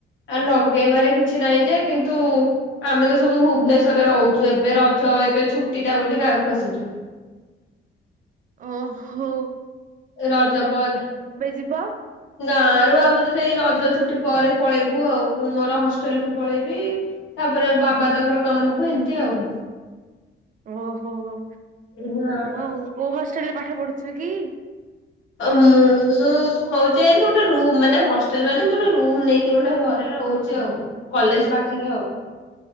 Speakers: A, on the left (about 70°); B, on the right (about 40°).
A: ଆ ଲଗେଇବାରେ କିଛି ନାହିଁ ଯେ କିନ୍ତୁ ଆମେ ତ ସବୁ ଭୁବନେଶ୍ଵରରେ ରହୁଛୁ, ଏବେ ରଜ ଏବେ ଛୁଟି ଟା ବୋଲି ଗାଁକୁୁ ଆସିଛୁ।
B: ଓ ହୋ।
A: ରଜ ପରେ
B: ଯିବ
A: ଗାଁ ରୁ ଭାବୁଚୁ ସେଇ ରଜ ଛୁଟି ପରେ ପଳେଇବୁ ଆଉ, ମୁଁ ମୋର ହଷ୍ଟେଲ କୁ ପଳେଇବି। ତାପରେ ବାବା ତାଙ୍କର କାମକୁ ଏମତି ଆଉ।
B: ଓହୋ ହଉ
A: ହଁ
B: ଆଉ କୋଉ ହଷ୍ଟେଲ ରେ ପାଠ ପଢୁଛ କି?
A: ମୁଁ ହଉଛି ଏମତି ଗୋଟେ ରୁମ୍ ମାନେ ହଷ୍ଟେଲ ମାନେ ଗୋଟେ ରୁମ୍ ନେଇକି ଗୋଟେ ଘରେ ରହୁ ଚୁ, ଆଉ କଲେଜ ପାଖରେ ଆଉ।